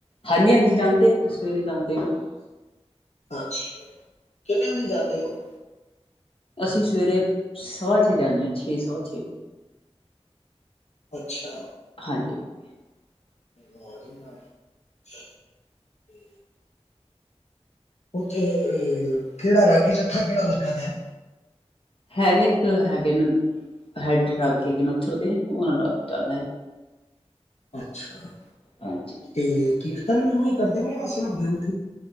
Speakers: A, on the left; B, on the left.
A: ਹਾਂਜੀ ਹਾਂਜੀ ਜਾਂਦੇ ਹ ਸਵੇਰੇ ਜਾਂਦੇ ਆ
B: ਅੱਛਾ ਕਿੰਨੇ ਵਜੇ ਜਾਂਦੇ ਉਹ
A: ਅਸੀਂ ਸਵੇਰੇ ਸਵਾ ਛੇ ਜਾਂਦੇ ਹਾਂ ਸਵਾ ਛੇ ਚ
B: ਅੱਛਾ
A: <inaudible>
B: ਆ ਉੱਥੇ ਅਹ ਕਿਹੜਾ ਰਾਗੀ ਜੱਥਾ ਕਿਹੜਾ ਲੱਗਾ ਦਾ ਹੈ
A: ਹੈਨ ਇੱਕ ਹੈਗੇ ਨੇ ਹੈਡ ਰਾਗੀ ਕੇਗੇ ਨੇ ਉੱਥਰਦੇ ਆ ਉਹਨਾਂ ਨਾਲ ਜਾਂਦਾ ਜੀ
B: ਅੱਛਾ
A: ਹਾਂਜੀ
B: ਤੇ ਕੀਰਤਨ ਵੀ ਕਰਦੇ ਨੇ ਸਿਰਫ ਗ੍ਰੰਥ